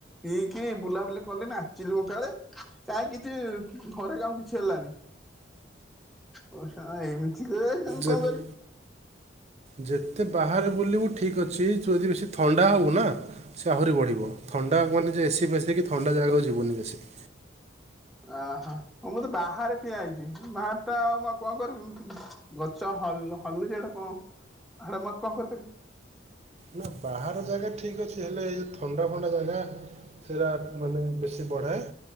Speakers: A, in the centre; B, on the right.
A: ପିଇକି ବୁଲାବୁଲି କଲି ନାଚିଲୁ କଙ୍କାଳେ। କାଇଁ କିଛି ଘରେ କାମ କିଛି ହେଲାନି। ଓ ସା ଏମିତି କୁହ ମୁଁ
B: ଯେ
A: କଣ କରିବି।
B: ଯେତେ ବାହାରେ ବୁଲିବୁ ଠିକ୍ ଅଛି ତୁ ଯଦି ବେଶୀ ଥଣ୍ଡା ହବୁ ନା ସେ ଆହୁରି ବଢିବ ଥଣ୍ଡା ମାନେ ଯେ ଏସି ଫେଶୀ କି ଥଣ୍ଡା ଜାଗାକୁ ଯିବୁନି ବେଶୀ।
A: ଓହୋ ମୁଁ ତ ବାହାରେ ଠିଆ ହେଇଛି ବାହାର ଟା ମୁଁ ଆଉ କଣ କରିବି ଉଁ ଗଛ ହଲ୍ ହଲୁଛି ଯେଟା କଣ ହେଟା ମୁଁ ଆଉ କଣ କରିପାରିବି।
B: ନା ବାହାର ଜାଗା ଠିକ୍ ଅଛି ହେଲେ ଏଇ ଯଉ ଥଣ୍ଡା ଫଣ୍ଡା ଜାଗା ସେଇଟା ମାନେ ବେଶୀ ବଢାଏ।